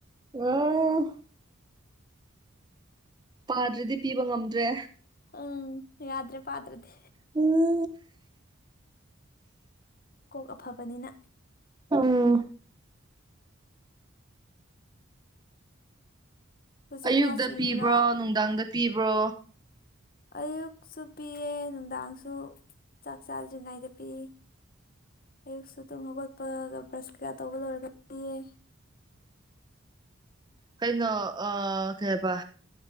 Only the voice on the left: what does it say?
ꯎꯝ ꯌꯥꯗ꯭ꯔꯦ ꯄꯥꯇꯗ꯭ꯔꯗꯤ꯫
ꯀꯣꯛ ꯑꯐꯕꯅꯤꯅ꯫
ꯍꯧꯖꯤꯛ
ꯅꯣꯠꯁ
ꯏꯔꯤꯔꯣ
ꯑꯌꯨꯛꯁꯨ ꯄꯤꯌꯦ ꯅꯨꯡꯗꯥꯡꯁꯨ ꯆꯥꯛ ꯆꯥꯗ꯭ꯔꯤꯉꯩꯗ ꯄꯤ꯫ ꯑꯌꯨꯛ ꯁꯨ ꯇꯨꯝ ꯍꯧꯒꯣꯠꯄꯒ ꯕ꯭ꯔꯁ ꯀꯩꯀꯥ ꯇꯧꯕꯗ ꯑꯣꯏꯔꯒ ꯄꯤꯌꯦ꯫